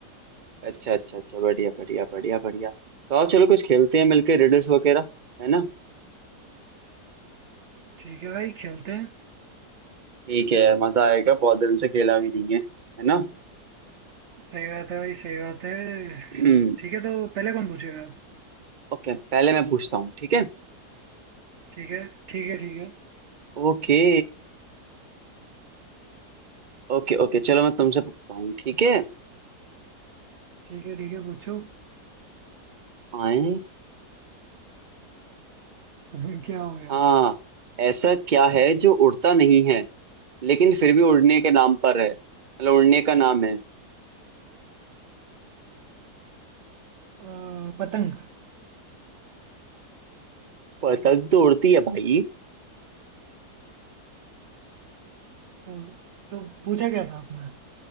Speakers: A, on the right; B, on the right.
A: अच्छा अच्छा अच्छा बढ़िया बढ़िया बढ़िया बढ़िया तो आओ चलो कुछ खेलते हैं मिलके रिडल्स वगैरह है ना
B: ठीक है भाई खेलते हैं
A: ठीक है यार मजा आएगा बहुत दिन से खेला भी नहीं है है ना
B: सही बात है भाई सही बात है
A: <clears throat>
B: ठीक है तो पहले कौन पूछेगा
A: ओके पहले मैं पूछता हूँ ठीक है
B: ठीक है ठीक है ठीक है
A: ओके ओके ओके चलो मैं तुमसे पूछता हूँ ठीक है
B: ठीक है ठीक है पूछो
A: आए
B: <laughs> क्या हो गया
A: हाँ ऐसा क्या है जो उड़ता नहीं है लेकिन फिर भी उड़ने के नाम पर है मतलब उड़ने का नाम है
B: अ, पतंग
A: पतंग तो उड़ती है भाई
B: तो तो पूछा क्या था आपने